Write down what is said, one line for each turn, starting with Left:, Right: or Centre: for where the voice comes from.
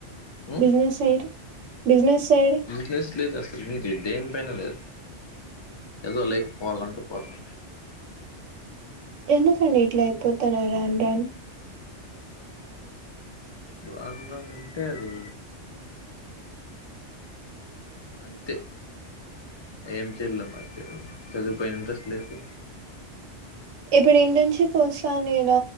Left: ఉమ్
Right: బిజినెస్ చేయండి బిజినెస్ సైడ్
Left: బిజినెస్ లేదు అసలు ఏ దేనిపైన లేదు, ఏదో లైఫ్ పోవాలంటే పోతా,
Right: ఎందుకండి ఇట్లా అయిపోతాండ్రు రాన్ రాన్
Left: వద్దని ఉంటే అయితది అంతే ఏంచేద్దాం మధ్య లో చదువు పైన ఇంట్రెస్ట్ లేదు,
Right: ఇప్పుడు ఇంటీ నుంచి ఫుల్ సాంగ్ వేయన